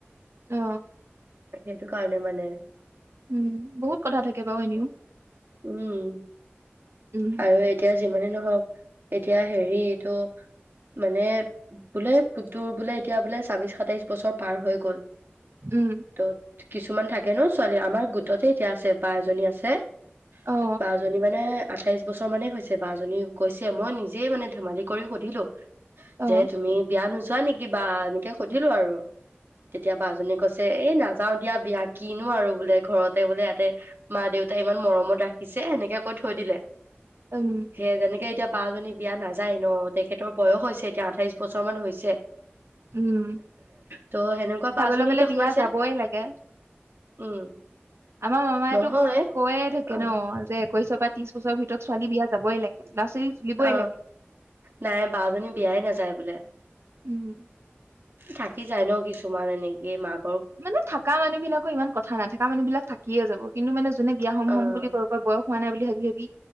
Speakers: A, on the right (about 70°); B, on the right (about 55°).
A: অ
B: সেইটো কাৰণে মানে
A: উম বহুত কথা থাকে বাৰু এনেও
B: উম
A: উম
B: আৰু এতিয়া যিমানেই ন হক এতিয়া হেৰি এইটো মানে বোলে পুতুৰ বোলে এতিয়া বোলে ছাবিশ সাতাইশ বছৰ পাৰ হৈ গল।
A: উম
B: ত কিছুমান থাকে ন ছোৱালী আমাৰ গোটতে এতিয়া আছে বা এজনী আছে।
A: অ
B: বা জনী মানে আঠাইশ বছৰ মানে হৈছে বা এজনী কৈছে মই নিজেই মানে ধেমালি কৰি সুধিলো।
A: অ
B: যে তুমি বিয়া নজ নকৰা নেকি বা এনেকে সুধিলো আৰু তেতিয়া বা জনী কৈছে এই নাচ যাওঁ দিয়া বিয়া কিনো আৰু বোলে ঘৰতে বোলে ইয়াতে মা দেউতাই ইমান মৰমত ৰাখিছে সেনেকে কৈ থৈ দিলে।
A: উম
B: সেয় তেনেকে এতিয়া বা জনী বিয়া নাযায় ন তেখেতৰ বয়স হৈছে। এতিয়া আঠাইশ বছৰ মান হৈছে।
A: উম
B: ত' সেনেকুৱা
A: চাবলৈ
B: বা জনী
A: গ'লে
B: এতিয়া
A: বিয়া
B: সোমাইছে
A: যাবই লাগে
B: উম
A: আমাৰ মামায়
B: নহয়
A: তোক কৈয়ে থাকে
B: অ
A: ন যে পইচা পাতি বছৰ ভিতৰত ছোৱালী বিয়া যাবই লাগে নাৰ্চাৰী তুলিবই
B: অ
A: লাগে
B: নাই বা জনী বিয়াই নাযায় বোলে
A: উম
B: থাকি যায় ন কিছুমান এনেকি মাক
A: মানে থকা মানুহ বিলাকৰ ইমান কথা নাই থাককা মানুহ বিলাক থাকিয়ে যাব। কিনো মানে যোনে বিয়া হম
B: অ',
A: হম বুলি কয় কয় বয়স হোৱা নাই বুলি ভাবি ভাবি